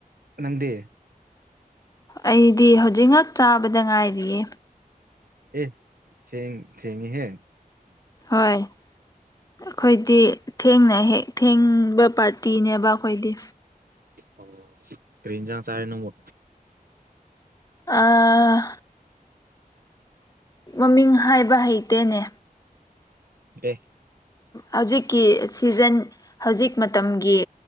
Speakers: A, on the right; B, on the left.
A: ꯅꯪꯗꯤ
B: ꯑꯩꯗꯤ ꯍꯧꯖꯤꯛ ꯉꯛ ꯆꯥꯕꯗ ꯉꯥꯏꯔꯤꯌꯦ
A: ꯑꯦ ꯊꯦꯡ ꯊꯦꯡꯉꯤꯍꯦ
B: ꯍꯣꯏ ꯑꯈꯣꯏꯗꯤ ꯊꯦꯡꯅ ꯍꯦꯛ ꯊꯦꯡꯕ ꯄꯥꯔꯇꯤꯅꯦꯕ ꯑꯈꯣꯏꯗꯤ
A: ꯑꯣ ꯀꯔꯤ ꯏꯟꯖꯥꯡ ꯆꯥꯔꯦ ꯅꯪꯕꯨ
B: ꯑꯥ ꯃꯃꯤꯡ ꯍꯥꯏꯕ ꯍꯩꯇꯦꯅꯦ
A: ꯑꯦ
B: ꯍꯧꯖꯤꯛꯀꯤ ꯁꯤꯖꯟ ꯍꯧꯖꯤꯛ ꯃꯇꯝꯒꯤ